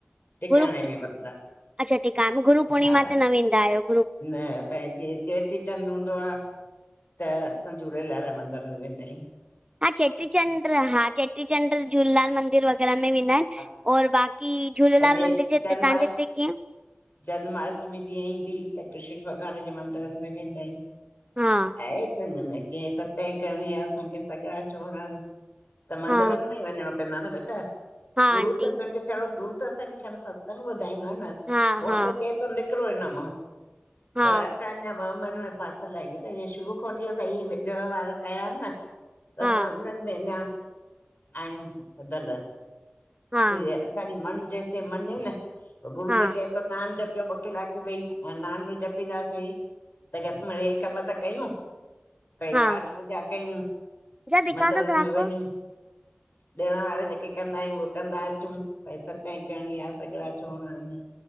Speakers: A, on the left; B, on the right.
A: टिकाणे
B: गुरू
A: में मतिलब
B: अच्छा ठीक आ गुरू
A: हा
B: पूर्णिमा ते न वेंदा आयो।
A: न पैंॼी जीअ चेटी चंड हूंदो आ। त असा झूलेलाल ए मंदिर में वेंदा आयू।
B: हा चेटीचंड, हा चेटीचंड झूलेलाल मंदिर वग़ैरह में वेंदा आयन
A: हा
B: और बाक़ी। झूलेलाल
A: अॼु
B: मंदिर ॼे हिते
A: जन्माष्ट
B: तांॼे हिते कीअं?
A: जन्माष्टमी जीअं ईंदी त कृष्ण भॻवान जे मंदिर में वेंदा आहियूं।
B: हा
A: आहे त हिन में जीअं सताई करणी आ असांखे सॻड़ा छोणणा। त मन्दिरन
B: हा
A: में ई वञिणो पवंदो न बेटा।
B: हा
A: गुरू
B: आंटी
A: त पंहिंजो छा गुरु। त असांखे छा सत्संग ॿुधाईंदो आ न।
B: हा
A: हो
B: हा
A: त चए थो निकिरो हिन मां।
B: हा
A: पर असां अञा वहमन में फाथल आ बेठा। इअ शुरू खां वठी असां ईय ॾिण वार कया आहिनि न। असां
B: हा
A: उन्हन में अञा आहियूं बधल
B: हा
A: सिय खणी मन जेते मने न गुरू
B: हा
A: त चायेत ता नाम जपियो ॿ कलाक वई। नाम न जपींदासीं। त घट में हे कम त कयूं। भई
B: हा
A: पाठ पूजा कयूं।
B: जा दिखा
A: मंदिर
B: दो ग्राहक
A: में वञूं।
B: को
A: ॾिण वार जेके कंदा आहियूं। उहे कंदा अचूं पैसा। ताई करणी आ सॻड़ा छोरणा आहिनि